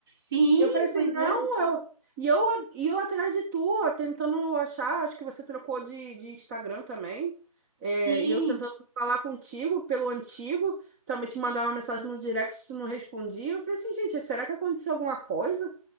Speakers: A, on the right; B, on the right.
A: Sim,
B: Eu falei assim,
A: pois
B: não,
A: é.
B: eu... E eu, e eu atrás de tu, ó, tentando achar, acho que você trocou de, de Instagram também. É,
A: Sim.
B: e eu tentando falar contigo pelo antigo, também te mandava mensagem no direct, tu não respondia. Eu falei assim, gente, será que aconteceu alguma coisa?